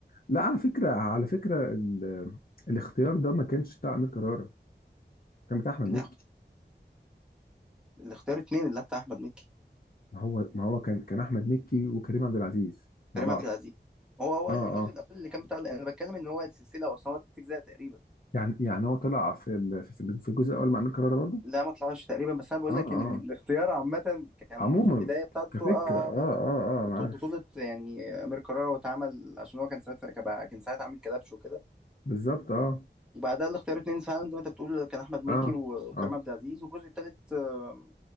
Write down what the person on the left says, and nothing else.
لا على فكره على فكره ال... الاختيار ده ما كانش بتاع امير كرارة كان بتاع احمد
مكي
ما هو ما هو كان كان احمد مكي وكريم عبد العزيز مع
بعض
اه
اه
يعني يعني هو طلع في ال... في في الجزء الاول مع امير كرارة برضه
اه
اه
عموما
كفكرة
اه
اه اه انا
عارف
بالظبط اه
اه
اه